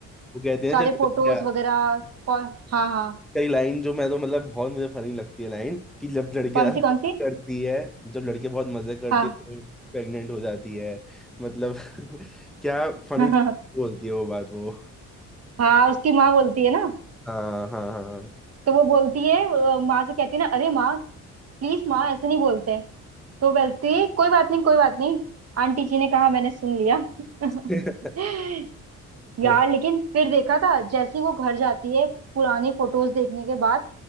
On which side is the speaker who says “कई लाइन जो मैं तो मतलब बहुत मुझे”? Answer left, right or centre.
Centre